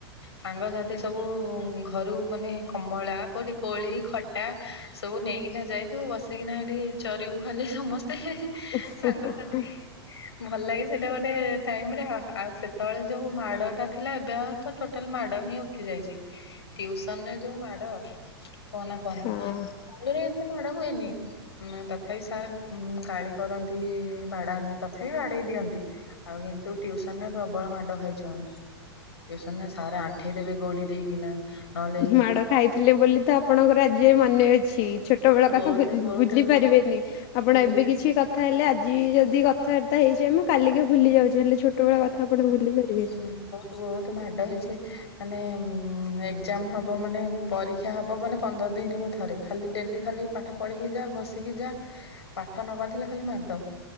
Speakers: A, on the left; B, on the left.
A: ସାଙ୍ଗ ସାଥି ସବୁ ଘରୁ ମାନେ କମଳା କଉଠି କୋଳି ଖଟା ସବୁ ନେଇକିନା ଯାଇଥିବୁ ବସିକିନା ହେଠି ଚରିବୁ ଖାଲି ସମସ୍ତେ।
B: <unintelligible>
A: ସାଙ୍ଗସାଥି ଭଲ ଲାଗେ, ସେଟା ଗୋଟେ ଟାଇମ ରେ ଆଉ ସେତେବେଳେ, ଯୋଉ ମାଡ ଟା ଥିଲା ଏବେ ଆଉ ତ ଟୋଟାଲ ମାଡ ହିଁ ଉଠି ଯାଇଛି, ଟିଉସନରେ ଯୋଉ ମାଡ। କୁହନା କୁହନା
B: ହଁ
A: ଆଗରେ ଏତେ ମାଡ ହୁଏନି ତଥାପି ସାର୍ ଗାଳି କରନ୍ତି ବାଡାନ୍ତି ତଥାପି ବାଡେଇ ଦିଅନ୍ତି ଆଉ କିନ୍ତୁ ଟିଉସନ ରେ ପ୍ରବଳ ମାଡ ଖାଇଛୁ। ଉଁ ଟିଉସନରେ ସାର ଆଣ୍ଠେଇ ଦେବେ ଗୋଡି ଦେଇକିନା। ନହେଲେ
B: ମାଡ ଖାଇଥିଲେ ବୋଲି ତ, ଆପଣଙ୍କର ଆଜି ଯାଏ ମନେ ଅଛି ଛୋଟ ବେଳ କଥା
A: ବହୁତ
B: ଭୁଲି
A: ବହୁତ
B: ପାରି ରିବେନି ଆପଣ
A: ବୁଲି
B: ଏବେ କିଛି କ କଥା ହେଲେ ଆଜି ଯଦି କଥାବାର୍ତ୍ତା ହେଇଚେ ଆମେ କାଲିକି ଭୁଲି ଯାଉଚେ ହେଲେ ଛୋଟବେଳ କଥା ଆପଣ ଭୁଲି ପାରିବେନି
A: ହୁଁ, ବହୁତ ବହୁତ ମାଡ ହେଇଛି ମାନେ ଏକ୍ଜାମ ହବ ମାନେ ପରୀକ୍ଷା ହବ ମାନେ ପନ୍ଦର ଦିନକୁ ଥରେ ଖାଲି ଡେଲି ଖାଲି ପାଠ ପଢିକି ଯା ଘୋସିକି ଯା ପା ଠ ନ କରି ଦେଲେ ଖାଲି ମାଡ।